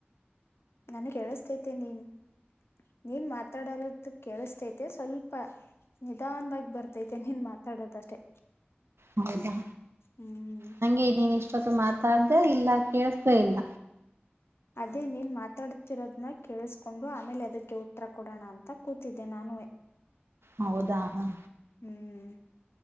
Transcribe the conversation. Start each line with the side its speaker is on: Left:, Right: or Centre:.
Left: ನನ್ ಕೇಳಸ್ತೈತೆ ನೀನ್ ನೀನ್ ಮಾತಾಡರದದು ಕೇಳಿಸತೈತೆ ಸ್ವಲ್ಪ ನಿಧಾನವಾಗಿ ಬರ್ತೈತೆ ನೀನ್ ಮಾತಾಡೋದಷ್ಟೆ
Right: ಹೌದಾ
Left: ಹ್ಮ್
Right: ನಂಗೆ ನೀನ್ ಇಷ್ಟೊತ್ತು ಮಾತಾಡ್ದ ಇಲ್ಲ ಕೇಳಿಸಲೇ ಇಲ್ಲ
Left: ಅದೇ ನೀನ್ ಮಾತಾಡ್ತಿರೋದನ್ನ ಕೇಳಿಸ್ಕೊಂಡು ಆಮೇಲೆ ಅದಕ್ಕೆ ಉತ್ತರ ಕೊಡೋಣ ಅಂತ ಕೂತಿದ್ದೆ ನಾನುವೇ
Right: ಹೌದಾ ಹ
Left: ಹ್ಮ್